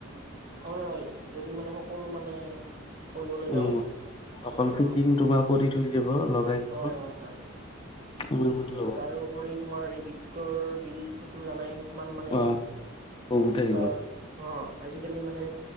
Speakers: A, on the right; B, on the left.
A: হয়, হয়, যদি মানে সকলো মানে কৰিবলৈ যাওঁ
B: উম, অকল
A: অ
B: ফিটিং তোমাৰ কৰি <unintelligible> দিব
A: হয়, হয়, হয়, হয়।
B: সিমান মান
A: আৰু
B: ল'ব।
A: তাৰে উপৰি তোমাৰ এই বিদ্যুতৰ বিলটোতো জানাই। কিমান মানে
B: আহ, বহুত
A: বিগি
B: আহিব।
A: পাও, অ আজিকালি মানে